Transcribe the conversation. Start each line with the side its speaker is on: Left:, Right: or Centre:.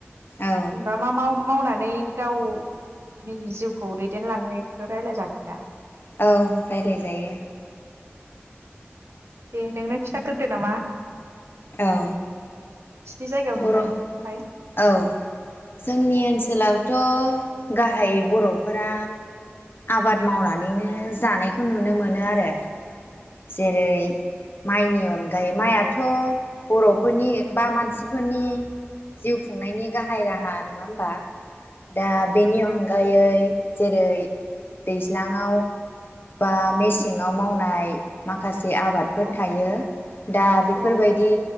Left: औ
Right: जेनेबा मा माव मावनानै गावनि जिउखौ दैदेनलाङो बेखौ रायलाय जागोन दा?
Left: औ रायलाय जायो।
Right: दे नोंनो खिन्थाग्रोदो नामा।
Left: औ।
Right: नोंसिनि जायगायाव
Left: बर
Right: नुनायफोरखौहाय
Left: औ जोंनि ओनसोलावथ। गाहायै बरफोरा आबाद मावनानैनो जानायखौ नुनो मोनो आरो। जेरै
Right: औ
Left: माइनि अनगायै माइथ बरफोरनि बा मानसिफोरनि जिउ खुंनायनि गाहाय
Right: औ
Left: राहा न <unintelligible> दा
Right: औ
Left: बेनि अ <unintelligible> जेरै दैज्लाङाव बा मेसेंआव मावनाय। माखासे से आबादफोर
Right: औ
Left: थायो दा बेफोर
Right: औ
Left: बायदि।